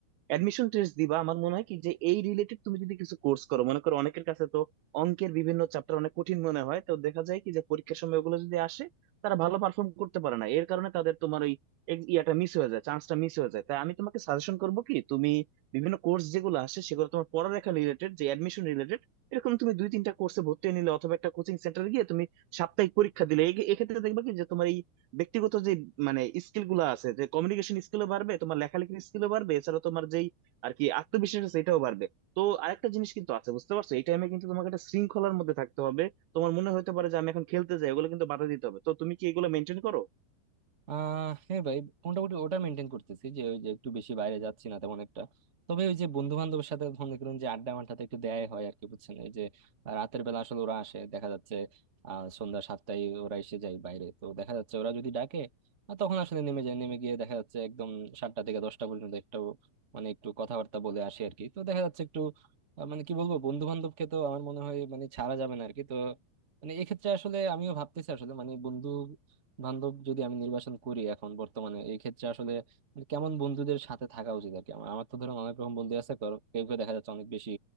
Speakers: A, on the right; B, on the right.
A: অ্যাডমিশন টেস্ট দিবা আমার মনে হয় কি যে এই রিলেটেড তুমি যদি কিছু কোর্স করো মনে করো অনেকের কাছে তো অঙ্কের বিভিন্ন চ্যাপ্টার অনেক কঠিন মনে হয় তো দেখা যায় কি যে পরীক্ষার সময় ওগুলো যদি আসে তারা ভালো পারফর্ম করতে পারে না এর কারণে তাদের তোমার ওই ex- ইয়াটা মিস হয়ে যায় চান্সটা মিস হয়ে যায় তাই আমি তোমাকে সাজেশন করবো কি তুমি বিভিন্ন কোর্স যেগুলো আসে সেগুলো তোমার পড়ালেখা রিলেটেড যে অ্যাডমিশন রিলেটেড এরকম তুমি দুই তিনটা কোর্সে ভর্তি হয়ে নিলে অথবা একটা কোচিং সেন্টারে গিয়ে তুমি সাপ্তাহিক পরীক্ষা দিলে এ- এক্ষেত্রে দেখবা কি যে তোমার এই ব্যক্তিগত যে মানে স্কিল গুলো আছে যে কমিউনিকেশন স্কিলও বাড়বে তোমার লেখালেখির স্কিলও বাড়বে এছাড়া তোমার যেই আর কি আত্মবিশ্বাস আছে এটাও বাড়বে তো আরেকটা জিনিস কিন্তু আছে বুঝতে পারছো এই টাইমে কিন্তু তোমাকে একটা শৃঙ্খলার মধ্যে থাকতে হবে তোমার মনে হতে পারে যে আমি এখন খেলতে যাই ওগুলো কিন্তু বাধা দিতে হবে তো তুমি কি এগুলো মেনটেন করো
B: আহ হ্যাঁ ভাই মোটামুটি ওটা মেনটেন করতেছি যে ওই যে একটু বেশি বাইরে যাচ্ছি না তেমন একটা তবে ওই যে বন্ধু বান্ধবের সাথে মনে করুন যে আড্ডা মাড্ডাতে একটু দেয়াই হয় আর কি বুঝছেন এই যে আহ, রাতের বেলা আসলে ওরা আসে দেখা যাচ্ছে আহ সন্ধ্যা সাতটায় ওরা এসে যায় বাইরে তো দেখা যাচ্ছে ওরা যদি ডাকে আহ, তখন আসলে নেমে যায় নেমে গিয়ে দেখা যাচ্ছে একদম সাতটা থেকে দশটা পর্যন্ত একটু মানে একটু কথাবার্তা বলে আসি আর কি তো দেখা যাচ্ছে একটু আহ, মানে কি বলবো বন্ধু বান্ধবকে তো আমার মনে হয় মানে ছাড়া যাবে না আর কি তো মানে এক্ষেত্রে আসলে আমিও ভাবতেছি আসলে মানে বন্ধু বান্ধব যদি আমি নির্বাচন করি এখন বর্তমানে এই ক্ষেত্রে আসলে মানে কেমন বন্ধুদের সাথে থাকা উচিত আর কি আমার আমার তো ধরুন অনেক রকম বন্ধু আছে কারো- কেউ কেউ দেখা যাচ্ছে অনেক বেশি